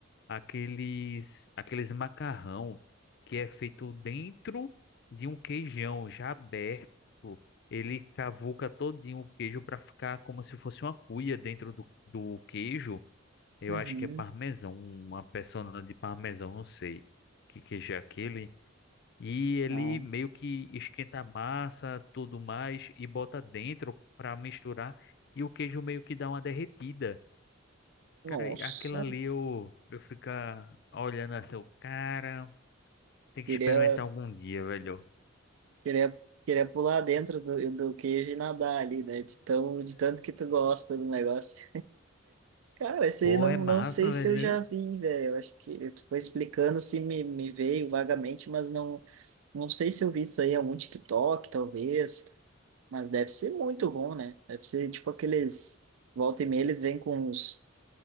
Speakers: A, on the left; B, on the right.
A: aqueles aqueles macarrão que é feito dentro de um queijão já aberto. Ele cavuca todinho o queijo para ficar como se fosse uma cuia dentro do, do queijo. Eu
B: Uhum.
A: acho que é parmesão, uma persona de parmesão, não sei que queijo é aquele. E ele
B: Ah,
A: meio que esquenta a massa, tudo mais, e bota dentro para misturar. E o queijo meio que dá uma derretida.
B: nossa,
A: Cara, e aquilo ali eu, eu ficar olhando assim, o cara, tem
B: queria,
A: que experimentar algum dia, velho.
B: queria, queria pular dentro do, do queijo e nadar ali, né? De tão, de tanto que tu gosta do negócio. Cara, esse
A: Pô,
B: aí não,
A: é massa,
B: não sei se
A: velho.
B: eu já vi, velho. Eu Acho que tu foi explicando se me, me veio vagamente, mas não, não sei se eu vi isso aí em algum TikTok, talvez. Mas deve ser muito bom, né? Deve ser tipo aqueles. Volta e meia, eles vêm com uns.